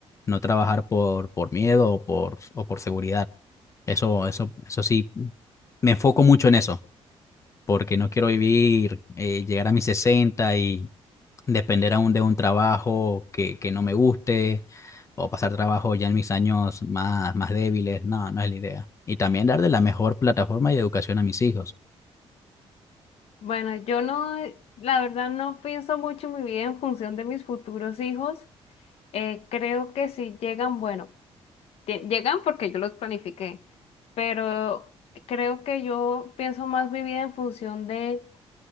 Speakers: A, on the left (about 30°); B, on the left (about 65°).
A: no trabajar por, por miedo o por, o por seguridad. Eso, eso, eso sí, me enfoco mucho en eso, porque no quiero vivir, eh, llegar a mis 60 y depender aún de un trabajo que, que no me guste o pasar trabajo ya en mis años más, más débiles. No, no es la idea. Y también darle la mejor plataforma y educación a mis hijos.
B: Bueno, yo no, la verdad no pienso mucho mi vida en función de mis futuros hijos. Eh, creo que si llegan, bueno. Tie- Llegan porque yo los planifiqué, pero creo que yo pienso más mi vida en función de